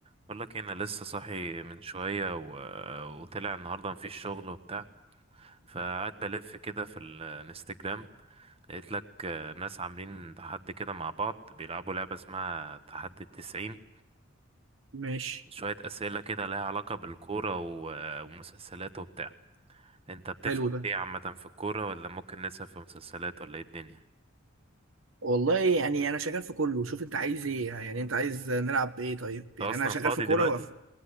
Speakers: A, on the right (about 30°); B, on the right (about 70°).
A: بقول لك إيه، انا لسه صاحي من شويه و... وطلع النهارده مفيش شغل وبتاع فقعدت بلف كده في الانستجرام لقيت لك آه، ناس عاملين تحدي كده مع بعض بيلعبوا لعبه اسمها تحدي التسعين
B: ماشي
A: شويه اسئله كده لها علاقه بالكوره و... ومسلسلات وبتاع انت بتفهم
B: حلو ده
A: ايه عامه في الكوره ولا ممكن نسأل في مسلسلات ولا ايه الدنيا
B: والله يعني انا شغال في كله شوف انت عايز ايه يعني انت عايز نلعب بايه طيب يعني
A: انت اصلا
B: انا شغال
A: فاضي
B: في كوره
A: دلوقتي
B: وقف